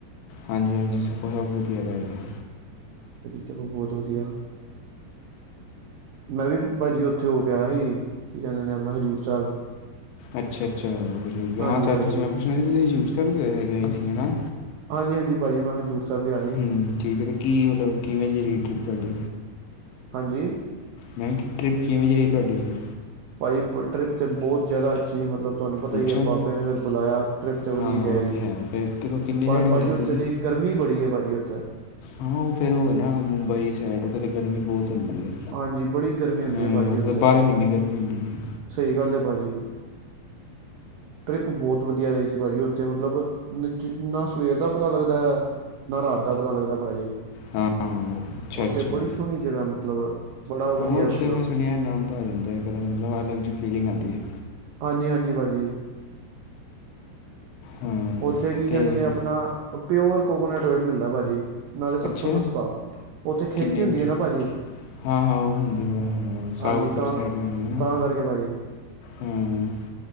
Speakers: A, on the left (about 80°); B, on the right (about 80°).
A: ਹਾਂਜੀ ਹਾਂਜੀ ਸਭ ਵਧੀਆ ਰਹਿ ਗਿਆ
B: ਤੁਨੂੰ ਬਹੁਤ ਵਧੀਆ ਮੈਂ ਵੀ ਭਾਜੀ ਉੱਥੇ ਹੋ ਕੇ ਆਇ ਸੀ ਕੀ ਕਹਿੰਦੇ ਨੇ ਆਪਣਾ ਹਜ਼ੂਰ ਸਾਹਿਬ
A: ਅੱਛਾ ਅੱਛਾ
B: ਹਾਂਜੀ
A: ਹਾਂ ਸਰ
B: ਭਾਜੀ
A: ਮੈਂ ਪੁੱਛਣਾ ਸੀ ਤੁਸੀਂ ਹਜੂਰ ਸਾਹਿਬ ਗਏ ਸੀ ਨਾ
B: ਹਾਂਜੀ ਹਾਂਜੀ ਭਾਜੀ ਮੈਂ ਹਜ਼ੂਰ ਸਾਹਿਬ ਗਿਆ ਸੀ
A: ਹਮ ਠੀਕ ਹੈ ਤੇ ਕੀ ਮਤਲਬ ਕਿਵੇਂ ਦੀ ਰਹੀ ਟਰਿਪ ਤੁਹਾਡੀ
B: ਹਾਂਜੀ
A: ਮੈਂ ਕਿ ਟਰਿੱਪ ਕਿਵੇਂ ਰਹੀ ਤੁਹਾਡੀ ਫਿਰ
B: ਭਾਈ ਟਰਿੱਪ ਤੇ ਬਹੁਤ ਜ਼ਿਆਦਾ ਅੱਛੀ ਸੀ ਮਤਲਬ ਤੁਹਾਨੂੰ ਪਤਾ ਹੀ
A: ਅੱਛਾ
B: ਹੈ ਬਾਬੇ ਨੇ ਫਿਰ ਬੁਲਾਇਆ ਟ੍ਰਿਪ ਤੇ ਵਧੀਆ
A: ਹਾਂ
B: ਜਾਏਗੀ
A: ਉਹ ਤਾਂ ਹੈ ਫਿਰ ਕਿਦੋਂ ਕਿੰਨੇ
B: ਪਰ
A: ਜਾਣੇ
B: ਭਾਜੀ
A: ਗਏ ਹੋ
B: ਉੱਥੇ
A: ਤੁਸੀਂ
B: ਦੀ ਗਰਮੀ ਮੀ ਬੜੀ ਹੈ ਭਾਜੀ ਉੱਥੇ
A: ਹਾਂ ਉਹ ਫੇਰ ਉਹ ਨਾ ਮੁੰਬਈ ਸੈਡ ਉਥ ਤੇ ਗਰਮੀ ਬਹੁਤ ਹੁੰਦੀ ਹੈ
B: ਹਾਂਜੀ ਬੜੀ ਗਰਮੀ ਹੁੰਦੀ
A: ਹਾਂ
B: ਹੈ ਭਾਜੀ ਉੱਥੇ
A: ਤਾਂ ਬਾਰ੍ਹਾਂ ਮਹੀਨੇ ਗਰਮੀ ਹੁੰਦੀ ਹੈ
B: ਸਹੀ ਗੱਲ ਹੈ ਭਾਜੀ <inaudible> ਟਰਿਪ ਬਹੁਤ ਵਧੀਆ ਰਹੀ ਸੀ ਭਾਜੀ ਉੱਥੇ ਮਤਲਬ ਜਿੰਨਾ ਸਵੇਰ ਦਾ ਪਤਾ ਲੱਗਦਾ ਹੈ ਨਾ ਰਾਤ ਦਾ ਪਤਾ ਲੱਗਦਾ ਭਾਜੀ
A: ਹਾਂ ਅੱਛਾ
B: ਉੱਥੇ
A: ਅੱਛਾ
B: ਬੜੀ ਸੋਹਣੀ ਜਗ੍ਹਾ ਮਤਲਬ ਬੜਾ ਵਧੀਆ
A: ਹਾਂ ਉੱਥੇ
B: ਮਤਲਬ
A: ਮੈਂ ਸੁਣਿਆ ਆਨੰਦ ਆ ਜਾਂਦਾ ਇੱਕ ਤਾਂ ਮਤਲਬ ਅਲੱਗ ਜਿਹੀ ਫੀਲਿੰਗ ਆਉਦੀ ਹੈ
B: ਹਾਂਜੀ ਹਾਂਜੀ ਭਾਜੀ
A: ਹਾਂ
B: ਉੱਥੇ ਕੀ
A: ਅਤੇ
B: ਕਹਿੰਦੇ ਨੇ ਆਪਣਾ ਪਿਓਰ ਕੋਕੋਨਟ ਓਇਲ ਮਿਲਦਾ ਭਾਜੀ ਨਾਲੇ ਸਭ
A: ਅੱਛਾ
B: ਤੋਂ ਸਸਤਾ ਉੱਥੇ ਖੇਤੀ
A: ਕਿੰਨੇ
B: ਹੁੰਦੀ
A: ਕੁ
B: ਹੈ ਨਾ ਭਾਜੀ
A: ਹਾਂ ਹਾਂ ਉਹ ਹੁੰਦੀ ਹੈ ਸਾਊਥੀ
B: ਹਾਂਜੀ ਤਾਂ
A: ਸਾਈਡ ਨਾ
B: ਤਾਂ ਕਰਕੇ ਭਾਜੀ
A: ਹਮ